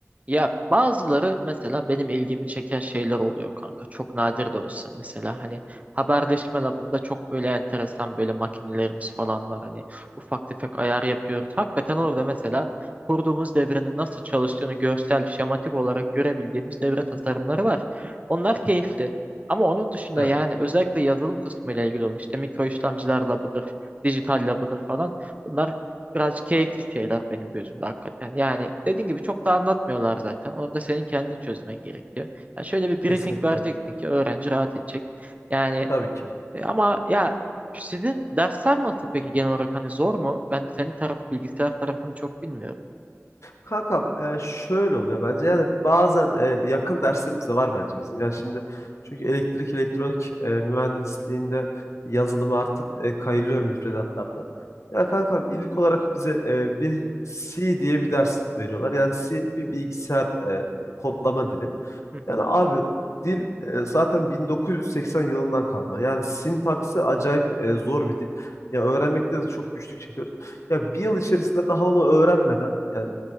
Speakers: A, on the right; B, on the left.
A: Ya bazıları mesela benim ilgimi çeken şeyler oluyor kanka. Çok nadir de olsa mesela hani haberleşme labında çok böyle enteresan böyle makinelerimiz falan var. Hani ufak tefek ayar yapıyoruz. Hakikaten orada mesela kurduğumuz devrenin nasıl çalıştığını görsel, şematik olarak görebildiğimiz devre tasarımları var. Onlar keyifli. Ama onun dışında
B: Evet,
A: yani özellikle yazılım kısmı ile ilgili olan işte mikro işlemciler labıdır, dijital labıdır falan. Bunlar Birazcık keyifsiz şeyler benim gözümde hakikaten. Yani dediğin gibi çok da anlatmıyorlar zaten. Orada senin kendini çözmen gerekiyor. Ya şöyle bir
B: kesinlikle.
A: briefing vereceksin ki öğrenci rahat edecek. Yani
B: Tabii ki.
A: e, ama ya sizin dersler nasıl peki genel olarak hani zor mu? Ben senin tarafı bilgisayar tarafını çok bilmiyorum.
B: Kankam e, şöyle oluyor bence yani bazen e, yakın derslerimiz de var bence bizim. Yani şimdi çünkü elektrik elektronik e, mühendisliğinde yazılım artık e, kayılıyor müfredatlarda. Ya kankam ilk olarak bize e, bir C diye bir ders veriyorlar. Yani C bir bilgisayar e, kodlama dili.
A: <laughs>
B: Yani abi dil e, zaten 1980 yılından kalma. Yani sintaksı acayip e, zor bir dil. Ya öğrenmekte de çok güçlük çekiyoruz. Ya bir yıl içerisinde daha onu öğrenmeden yani